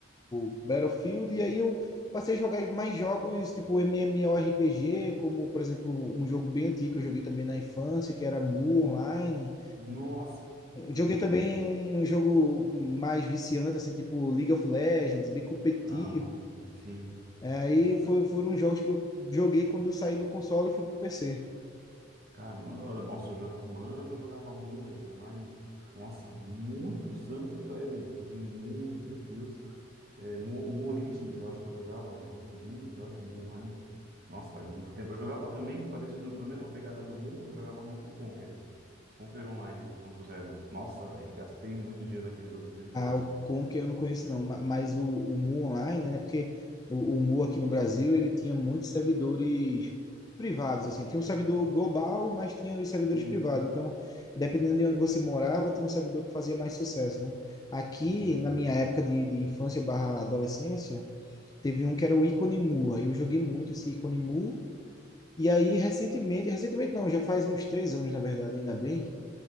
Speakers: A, on the left; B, on the right.
A: o Battlefield, e aí eu passei a jogar mais jogos tipo MMORPG, como por exemplo um jogo bem antigo que eu joguei também na infância, que era Mu Online.
B: Nossa,
A: Joguei
B: meu Deus.
A: também um, um jogo mais viciante, assim, tipo League of Legends, bem competitivo.
B: Ah, sim, sim.
A: É, Aí foi- foram jogos que eu joguei quando eu saí do console e fui pro PC.
B: Caramba, da hora. Nossa, eu jogava. Mano, eu jogava mu, velho, online. Nossa, muitos anos atrás, velho. Joguei mu, meu Deus. É, mu, mu Origins, eu acho que eu jogava. Mu Origins, eu acho, mu online. Nossa, faz muito tempo. Eu jogava também, parecido, na mesma pegada do mu, eu jogava muito Conquer. Conquer Online dois ponto zero Nossa, velho, gastei muito dinheiro naquele jogo, misericórdia.
A: Ah, o Conker eu não conheço não, ma- mas o, o Mu Online, né? Porque o, o Mu aqui no Brasil, ele tinha muitos servidores privados, assim. Tinha um servidor global, mas tinha os servidores
B: Isso.
A: privados. Então, dependendo de onde você morava, tinha um servidor que fazia mais sucesso, né? Aqui,
B: Então.
A: na minha época de, de infância barra adolescência, teve um que era o Icone Mu. Aí eu joguei muito esse Icone Mu. E aí, recentemente, recentemente não, já faz uns três anos, na verdade, ainda bem,